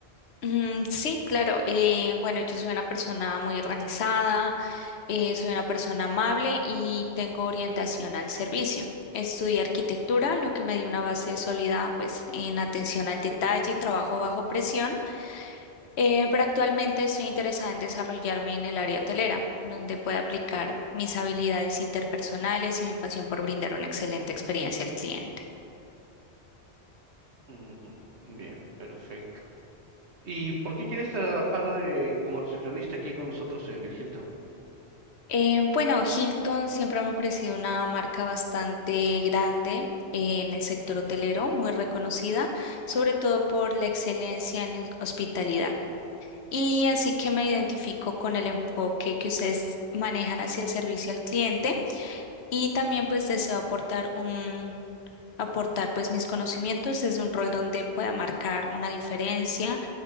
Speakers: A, on the left; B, on the right.
A: Mm, sí, claro. eh, bueno, yo soy una persona muy organizada, eh, soy una persona amable y tengo orientación al servicio. Estudié arquitectura, lo que me dio una base sólida, pues, en atención al detalle y trabajo bajo presión. Eh, pero actualmente estoy interesada en desarrollarme en el área hotelera, donde pueda aplicar mis habilidades interpersonales y mi pasión por brindar una excelente experiencia al cliente.
B: Ujú, Bien, perfecto. ¿Y por qué quieres trabajar de- como recepcionista aquí con nosotros en el Hilton?
A: Eh, bueno, Hilton siempre me ha parecido una marca bastante grande en el sector hotelero, muy reconocida, sobre todo por la excelencia en hospitalidad. Y así que me identifico con el enfoque que ustedes manejan hacia el servicio al cliente y también pues deseo aportar un aportar pues mis conocimientos desde un rol donde pueda marcar una diferencia